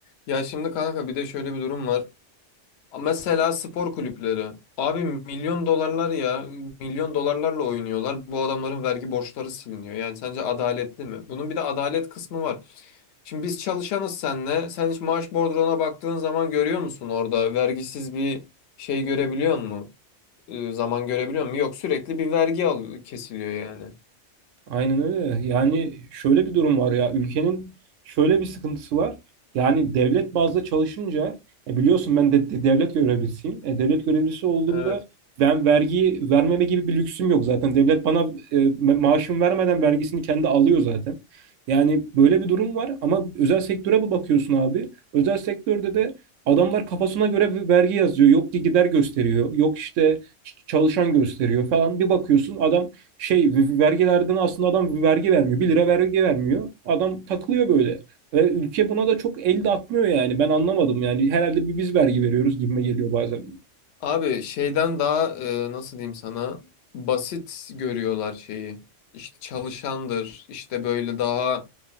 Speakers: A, on the left; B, on the right.
A: Ya şimdi kanka bir de şöyle bir durum var. Mesela spor kulüpleri. Abi milyon dolarlar ya. Milyon dolarlarla oynuyorlar. Bu adamların vergi borçları siliniyor. Yani sence adaletli mi? Bunun bir de adalet kısmı var. Şimdi biz çalışanız senle. Sen hiç maaş bordrona baktığın zaman görüyor musun orada? Vergisiz bir şey görebiliyor musun? Ee, zaman görebiliyor musun? Yok sürekli bir vergi al kesiliyor yani.
B: Aynen öyle. Yani şöyle bir durum var ya ülkenin şöyle bir sıkıntısı var. Yani devlet bazda çalışınca e biliyorsun ben de, de- devlet görevlisiyim. E, devlet görevlisi olduğumda
A: Evet.
B: ben vergiyi vermeme gibi bir lüksüm yok zaten. Devlet bana e, ma- maaşımı vermeden vergisini kendi alıyor zaten. Yani böyle bir durum var ama özel sektöre bir bakıyorsun abi. Özel sektörde de adamlar kafasına göre bir vergi yazıyor. Yok ki gider gösteriyor. Yok işte ç- çalışan gösteriyor falan. Bir bakıyorsun adam şey vergilerden aslında adam vergi vermiyor. bir lira vergi vermiyor. Adam takılıyor böyle. Ve ülke buna da çok el de atmıyor yani. Ben anlamadım yani. Herhalde bir biz vergi veriyoruz gibime geliyor bazen.
A: Abi şeyden daha e, nasıl diyeyim sana basit görüyorlar şeyi. İşte çalışandır, işte böyle daha